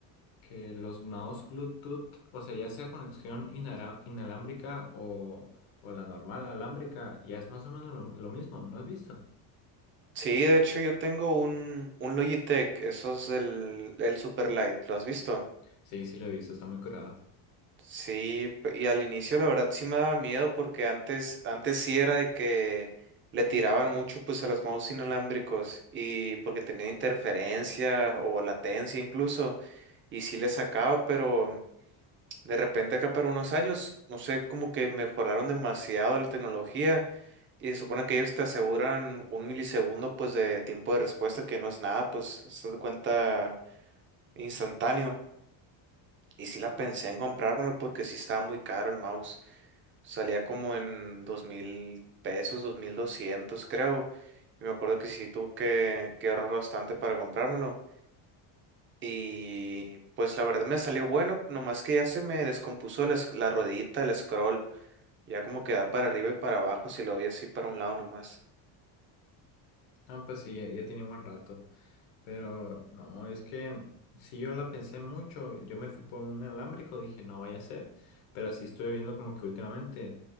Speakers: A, on the left; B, on the right.
A: que los mouse Bluetooth, o sea, ya sea conexión inara- inalámbrica o, o la normal alámbrica, ya es más o menos lo, lo mismo, ¿no has visto?
B: Sí, de hecho yo tengo un, un Logitech, esos del el Superlight, ¿lo has visto?
A: Sí, sí lo he visto, está muy curada.
B: Sí, p- y al inicio la verdad sí me daba miedo porque antes, antes sí era de que le tiraban mucho pues a los mouse inalámbricos y porque tenía interferencia o latencia incluso y sí le sacaba, pero de repente acá para unos años, no sé, como que mejoraron demasiado la tecnología y se supone que ellos te aseguran un milisegundo pues de tiempo de respuesta que no es nada, pues se da cuenta instantáneo y sí la pensé en comprármelo porque sí estaba muy caro el mouse. Salía como en dos mil pesos, dos mil doscientos, creo. Y me acuerdo que sí tuve que, que ahorrar bastante para comprármelo. Y pues la verdad me salió bueno, nomás que ya se me descompuso la, esc- la ruedita, el scroll. Ya como que da para arriba y para abajo, si lo vi así para un lado nomás.
A: Ah, pues sí, ya, ya tiene buen rato. Pero no, es que si yo la pensé mucho, yo me fui por un alámbrico, dije, no vaya a ser, pero sí estuve viendo como que últimamente